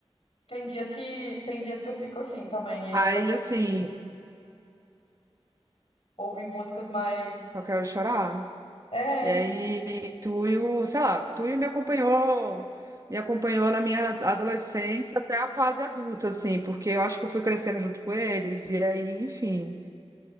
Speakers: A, on the left; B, on the right.
A: Tem dias que tem dias que eu fico assim também, aí
B: Aí,
A: eu só quero
B: assim.
A: ouvir músicas mais
B: Só quero chorar.
A: é,
B: E aí, Tuyo, sei lá, Tuyo me acompanhou, me acompanhou na minha adolescência até a fase adulta, assim, porque eu acho que eu fui crescendo junto com eles, e aí, enfim,